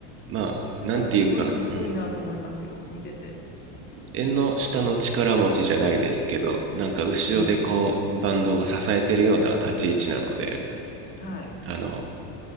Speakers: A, on the right; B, on the left.
A: まあ、
B: だからすごいかっこいいなと思いますよ、
A: なんていうか、うん。
B: 見てて。
A: 縁の下の力持ちじゃないですけど、なんか後ろでこう、
B: うん。
A: バンドを支えてるような立ち位置なので、
B: はい。
A: あの、